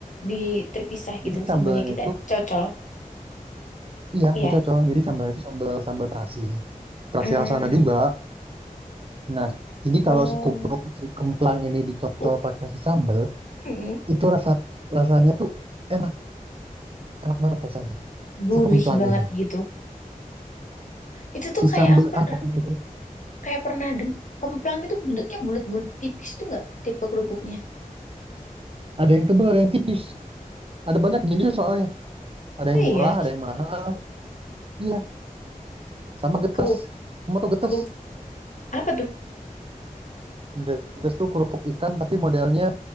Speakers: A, on the left; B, on the right.
A: Di terpisah gitu,
B: Jadi sambalnya
A: sambalnya kita
B: itu
A: cocol.
B: iya
A: Iya.
B: dicocol. Jadi sambalnya itu sambal sambal terasi. Terasi
A: Hmm,
B: rasana juga. Nah, jadi
A: oh,
B: kalau si kupruk si kemplang ini dicocol
A: ku-
B: pakai si sambal,
A: mm,
B: itu rasa rasanya tuh enak, enak banget rasanya.
A: gurih
B: Si kemplang
A: banget
B: ini.
A: gitu. Itu tuh
B: Si
A: kayak
B: sambal
A: aku pernah
B: apa itu?
A: Kayak pernah deng kemplang itu bentuknya bulat-bulat tipis tuh nggak tipe kerupuknya?
B: Ada yang tebal, ada yang tipis. Ada banyak jenisnya soalnya. Ada
A: Oh
B: yang murah,
A: iya,
B: ada yang mahal. Iya, sama getas.
A: kerupuk
B: Kamu tau getas?
A: kerupuk apa tuh?
B: Getas tuh kerupuk ikan tapi modelnya